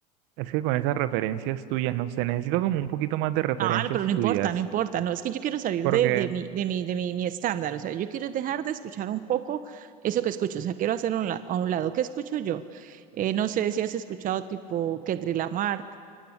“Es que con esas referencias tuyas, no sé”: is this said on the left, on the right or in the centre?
Right